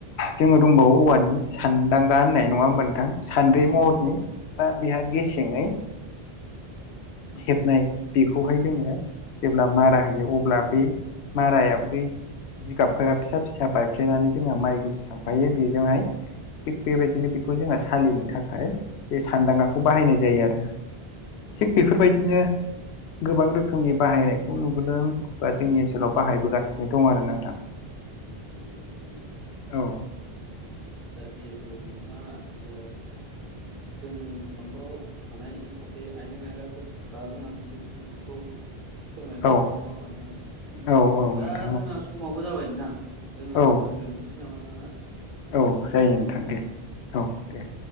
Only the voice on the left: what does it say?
जोङो दंबावो औवानि सानदांगा होननाय नङा होमबा नोंथां। सान्द्रि महरनि
बा बेहा गेसेङै हेबनाय। बेखौहाय जोङो जेब्ला मारा होयो अब्ला बै मारायाव बै जिगाबफोरा फिसा फिसा बाय हाबफ्लेनानै जोंहा माइ गुथि थांफायो बेजोंहाय थिग बेबायदिनो बेखौ जोंहा सालिनो थाखाय बे सान्दांगाखौ बाहायनाय जायो आरो।
थिग बेफोरबायदिनो गोबां रोखोमनि बाहायनायखौ नुबोदों बा जोंनि ओनसोलाव बाहायबोगासिनो दं आरो नोंथां।
औ
औ
औ औ
नोंथां
औ औ
औ जायो नोंथां दे औ दे।